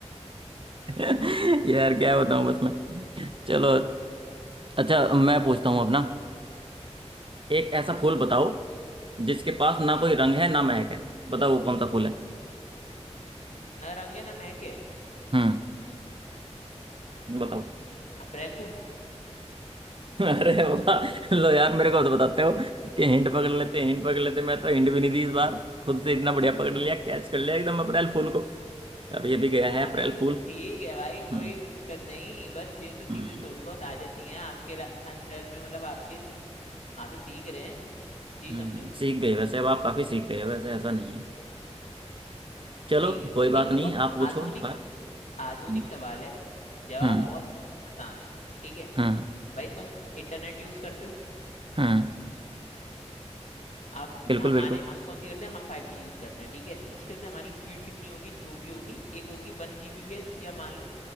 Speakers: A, on the right (about 45°); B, on the left (about 85°).
A: यार क्या बताऊं बस मैं चलो अच्छा मैं पूछता हूँ अपना एक ऐसा फूल बताओ जिसके पास ना
B: हम्म
A: कोई रंग है ना महक है बताओ वो कौन सा फूल है
B: ना रंग है ना महक है
A: हम्म बताओ
B: अप्रैल फूल
A: <laughs> अरे बाबा लो यार मेरे को तो बताते हो कि हिंट पकड़ लेते हिंट पकड़ लेते मैं तो हिंट भी नहीं दी इस बार खुद से इतना बढ़िया पकड़ लिया कैच कर लिया एकदम अप्रैल फूल को अब ये भी गया
B: अरे
A: है अप्रैल
B: तो
A: फूल
B: ठीक है भाई कोई
A: हम्म
B: दिक्कत नहीं बस ये तो चीजें
A: हम्म
B: थोड़ी बहुत आ जाती हैं आपके र- अंडर में मतलब आपके आपसे सीख रहे हैं यही
A: हम्म,
B: समझो
A: सीख गए वैसे अब आप काफी सीख गए हो, वैसे ऐसा नहीं है चलो
B: ठीक है
A: कोई बात
B: एक
A: नहीं
B: बहुत
A: आप पूछो
B: आधुनिक
A: इस बार
B: आधुनिक
A: हम्म
B: सवाल है जवाब
A: हम्म
B: बहुत आसान है ठीक है
A: हम्म
B: भाई तुम इंटरनेट यूज करते हो
A: हम्म,
B: आप
A: बिल्कुल
B: हमारे
A: बिल्कुल
B: हम कौन सी करते हैं हम फाइव जी यूज करते हैं ठीक है मुश्किल से हमारी स्पीड कितनी होगी जो भी होगी एक होगी वन जीबीपीएस या मान लो